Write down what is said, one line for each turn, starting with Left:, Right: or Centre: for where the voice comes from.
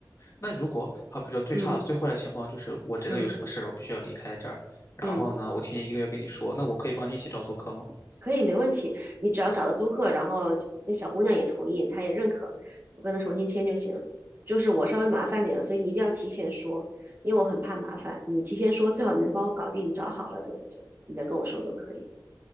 Left: 那如果好，比如说最差最坏的情况就是我真的有什么事儿，
Right: 嗯嗯
Left: 我必须要离开这儿，然后呢，
Right: 嗯。
Left: 我提前一个月跟你说，那我可以帮你一起找租客吗？
Right: 可以，没问题。你只要找到租客，然后那小姑娘也同意，她也认可，我跟她重新签就行了。就是我稍微麻烦点了，所以你一定要提前说，因为我很怕麻烦。你提前说，最好你能帮我搞定，你找好了都就你再跟我说都可以。